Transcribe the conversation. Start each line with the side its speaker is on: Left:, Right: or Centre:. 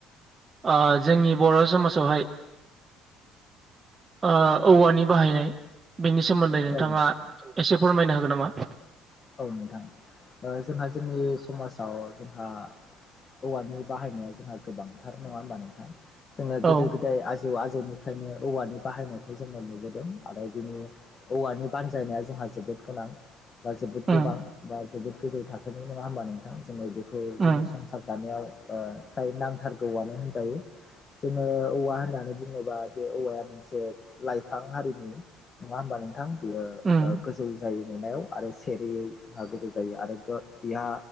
Right: ओ जोंनि बर' समाजावहाय ओ औवानि बाहायनाय बेनि सोमोन्दै नोंथाङा
Left: औ नोंथां
Right: एसे फोरमायनो हागोन नामा?
Left: औ नोंथां। ओ जोंहा जोंनि समाज आव जोंहा औवानि बाहायनाया जोंहा गोबांथार नङा होमबा नोंथां। जोङो गोदो
Right: औ
Left: गोदाय आजौ आजैनिफ्रायनो औवानि बाहायनायखौ जोङो नुबोदों आरो बिनि औवानि बानजायनाया जोंहा जोबोद गोनां। बा जोबोद
Right: उम
Left: गोबां बा जोबोद गोजौ थाखोनि नङा होमबा नोंथां जोङो बेखौ
Right: उम
Left: जोंनि संसार जानायाव ओ फ्राय नांथारगौआनो होनजायो। जोङो औवा होननानै बुङोबा बे औवाया मोनसे लाइफां हारिनि नङा होमबा नोंथां बियो ओ
Right: उम
Left: गोजौ जायो नुनायाव आरो सेरेयै जोंहा गोजौ जायो आरो गो बेहा